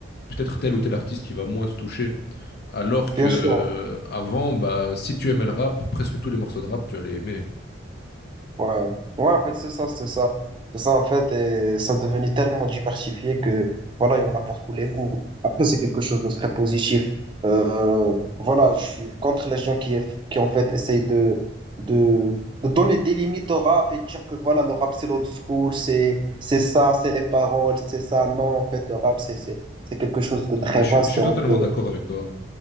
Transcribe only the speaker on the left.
peut-être tel ou tel artiste qui va moins te toucher. Alors que
euh, avant, bah, si tu aimais le rap, presque tous les morceaux de rap, tu allais aimer.
Ouais,
je,
suis je suis
totalement
d'accord avec toi.